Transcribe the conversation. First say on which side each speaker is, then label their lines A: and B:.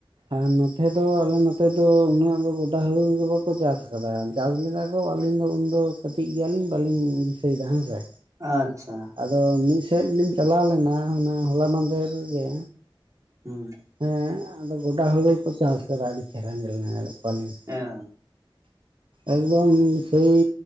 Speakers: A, on the right; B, on the right.
A: ᱟᱨ ᱱᱚᱛᱮ ᱫᱚ ᱟᱞᱮ ᱱᱚᱛᱮ ᱫᱚ ᱩᱱᱟᱹᱜ ᱫᱚ ᱜᱚᱰᱟ ᱦᱩᱲᱩ ᱫᱚ ᱵᱟᱠᱚ ᱪᱟᱥ ᱟᱠᱟᱫᱟ᱾ ᱪᱟᱥ ᱞᱮᱫᱟ ᱠᱚ ᱟᱹᱞᱤᱧ ᱫᱚ ᱩᱱᱫᱚ ᱠᱟᱹᱴᱤᱡ ᱜᱮᱭᱟᱞᱤᱧ ᱵᱟᱞᱤᱧ ᱫᱤᱥᱟᱹᱭᱮᱫᱟ ᱦᱮᱸ ᱥᱮ᱾
B: ᱟᱪᱪᱷᱟ,
A: ᱟᱫᱚ ᱢᱤᱫ ᱥᱮᱫ ᱞᱤᱧ ᱪᱟᱞᱟᱣ ᱞᱮᱱᱟ ᱚᱱᱟ ᱦᱚᱞᱟ ᱢᱟᱫᱷᱮᱨ ᱜᱮ,
B: <inaudible>
A: ᱦᱮᱸ ᱟᱫᱚ ᱜᱚᱰᱟ ᱦᱩᱲᱩ ᱠᱚ ᱪᱟᱥ ᱟᱠᱟᱫᱟ, ᱟᱹᱰᱤ ᱪᱮᱦᱨᱟ ᱧᱮᱞ ᱧᱟᱢᱮᱫ ᱠᱚᱣᱟᱞᱤᱧ᱾
B: ᱦᱮᱸ
A: ᱮᱠᱫᱚᱢ ᱥᱮᱭ,